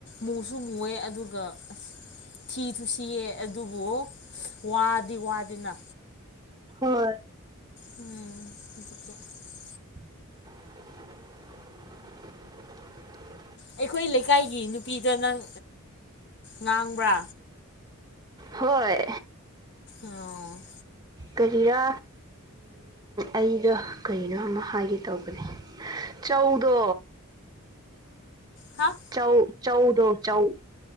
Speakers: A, on the left; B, on the right.
A: ꯃꯨꯁꯨ ꯃꯨꯑꯦ ꯑꯗꯨꯒ ꯊꯤꯁꯨ ꯊꯤꯌꯦ ꯑꯗꯨꯕꯨ ꯋꯥꯗꯤ ꯋꯥꯗꯦꯅ
B: ꯍꯣꯏ
A: ꯎꯝ ꯏꯀꯦ <unintelligible>
B: <unintelligible>
A: ꯑꯩꯈꯣꯏ ꯂꯩꯀꯥꯏꯒꯤ ꯅꯨꯄꯤꯗ ꯅꯪ ꯉꯥꯡꯕ꯭ꯔꯥ
B: ꯍꯣꯏ
A: ꯑꯣ
B: ꯀꯔꯤꯔꯥ ꯑꯩꯗꯣ ꯀꯔꯤꯅꯣ ꯑꯃ ꯍꯥꯏꯒꯦ ꯇꯧꯕꯅꯦ ꯆꯧꯗꯣ
A: ꯍꯥꯥ
B: ꯆꯧ ꯆꯧꯗꯣ ꯆꯧ